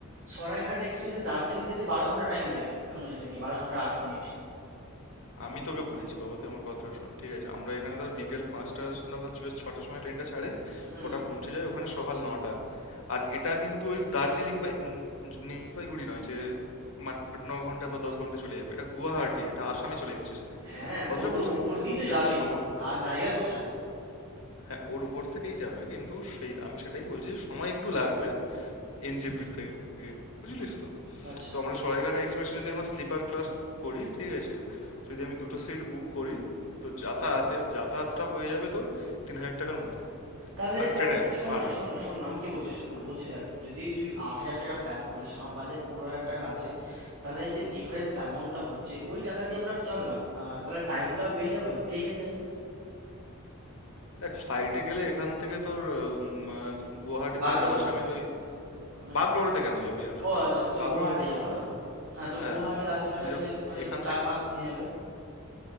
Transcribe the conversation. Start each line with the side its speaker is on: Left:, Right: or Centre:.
Right: সরাইঘাট এক্সপ্রেসে দার্জিলিং যেতে বারো ঘন্টা টাইম লাগে শুনেছি নাকি বারো ঘন্টা আট মিনিট
Left: আমি তোকে বলছি বাবা তুই আমার কথাটা শোন ঠিক আছে আমরা এখানে ধর বিকেল পাঁচটা না বা বেশ ছটার সময় ট্রেনটা ছাড়ে
Right: হুম
Left: ওটা পৌঁছে যায় ওখানে সকাল নটা আর এটা কিন্তু ওই দার্জিলিং বা ইন- জলপাইগুড়ি নয় যে মানে আট ন ঘন্টা বা দশ ঘন্টা চলে যাবে এটা গুয়াহাটি এটা আসামে চলে যাচ্ছিস তুই
Right: হ্যাঁ
Left: কথাটা
Right: তো ওর
Left: বুঝলি
Right: ওপর দিয়ে তো
Left: তো
Right: যাবেই
Left: এতে সময়
Right: আর জায়গা কোথায়
Left: হ্যাঁ ওর উপর থেকেই যাবে কিন্তু সেই আমি সেটাই বলছি যে সময় একটু লাগবে এনজেপির থেকে বুঝলিস তো
Right: আচ্ছা
Left: তো আমরা সরাইঘাটা এক্সপ্রেসে যদি আমরা স্লিপার ক্লাস বুক করি ঠিক আছে যদি আমি দুটো সিট বুক করি তো যাতায়াতের যাতায়াতটা হয়ে যাবে তোর তিন হাজার টাকার মধ্যে
Right: তাহলে
Left: মানে ট্রেনে
Right: তাহলে শোন
Left: ভাড়া
Right: না শোন না শোন না আমি কি বলছি শোন না বলছি দেখ যদি তুই আট হাজার টাকা প্ল্যান করিস আমার বাজেট পনেরো হাজার
Left: হুম
Right: টাকা আছে তাহলে যে
Left: হুম
Right: ডিফারেন্স অ্যামাউন্টটা হচ্ছে ওই টাকা দিয়ে আমরা চল না আহ, তাহলে টাইমটাও বেড়ে যাবে প্লেনে যাই
Left: এক ফ্লাইটে গেলে এখান থেকে তোর উম, আহ, গুয়াহাটি
Right: বাগডোগরা
Left: মানে আসামের ওই
Right: নাকি
Left: বাগডোগরাতে কেন যাবি আর
Right: ও
Left: তো
Right: আচ্ছা আমি তো
Left: বাগডোগরা
Right: গুয়াহাটি যাবো না হ্যাঁ তো
Left: হ্যাঁ
Right: গুয়াহাটি আসামের
Left: তুই
Right: কাছে
Left: যখন
Right: হয়তো
Left: এখান
Right: চার
Left: থেকে
Right: পাঁচ নিয়ে যাবে